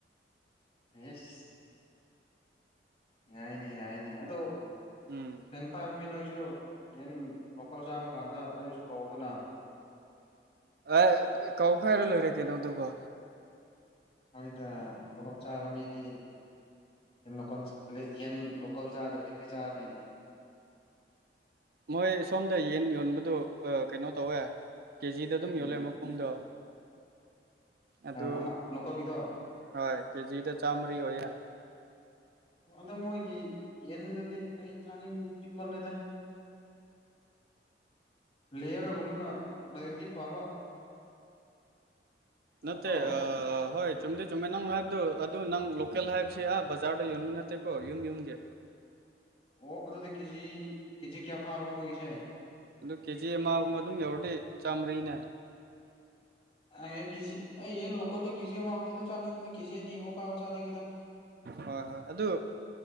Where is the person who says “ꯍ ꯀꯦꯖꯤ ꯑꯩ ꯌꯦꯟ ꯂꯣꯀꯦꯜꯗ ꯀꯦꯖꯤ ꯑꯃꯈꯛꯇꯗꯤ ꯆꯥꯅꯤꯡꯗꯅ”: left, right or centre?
Left